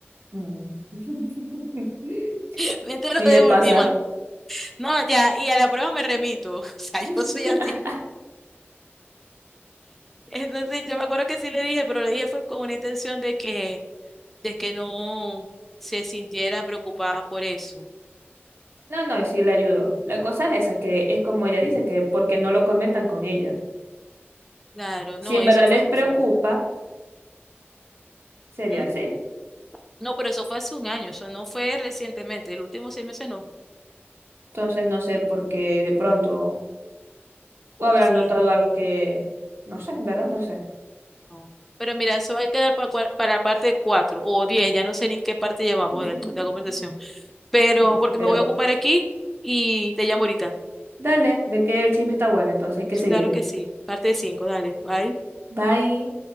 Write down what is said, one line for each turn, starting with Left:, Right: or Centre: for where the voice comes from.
Right: Mm. <laughs>
Centre: <laughs> Me entero
Right: Sí,
Centre: de
Right: me pasa.
Centre: última. No, ya, y a la prueba me remito. <laughs> O sea, yo
Right: <laughs>
Centre: soy así. Entonces, yo me acuerdo que sí le dije, pero le dije fue con una intención de que, de que no se sintiera preocupada por eso.
Right: No, no, y sí le ayudó. La cosa es esa, que es como ella dice, que porque no lo comentan con ella.
Centre: Claro,
Right: Si
Centre: no,
Right: en
Centre: eso
Right: verdad
Centre: fue
Right: les
Centre: muy
Right: preocupa,
Centre: feo.
Right: sería
Centre: Ujú.
Right: así.
Centre: No, pero eso fue hace un año, eso no fue recientemente. El último seis meses no.
Right: Entonces no sé por qué de pronto, o habrán
Centre: Sí.
Right: notado algo que, no sé, en verdad, no sé.
Centre: No. Pero mira, eso va a quedar pa cua- para, la parte 4 o 10 ya no sé ni qué parte llevamos
Right: <laughs>
Centre: de, la conversación. Pero
Right: No sé,
Centre: porque
Right: pero
Centre: me voy a ocupar aquí y te llamo ahorita.
Right: dale, ve que el chisme está bueno, entonces hay que seguir.
Centre: Claro que sí, parte 5 dale, bye.
Right: Bye.